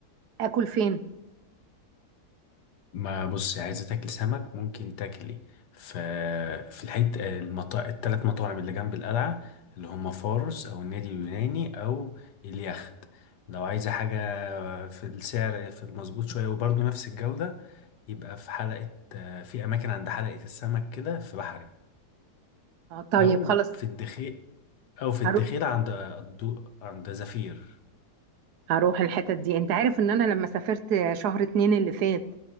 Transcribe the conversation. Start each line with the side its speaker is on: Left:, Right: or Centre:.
Right: اكل فين
Left: ما بص عايزة تاكل سمك ممكن تاكلي في في الحتة المطا... التلات مطاعم اللي جنب القلعة اللي هم فارس أو النادي اليوناني أو اليخت لو عايزة حاجة في السعر في المظبوط شوية وبرضه نفس الجودة يبقى في حلقة آه، في أماكن عند حلقة السمك كده في بحري
Right: اه طيب
Left: أو
Right: خلاص
Left: في الدخيق او في الدخيل
Right: هروح
Left: عند الضوء عند زفير
Right: هروح الحتت دي انت عارف ان انا لما سافرت شهر اتنين اللي فات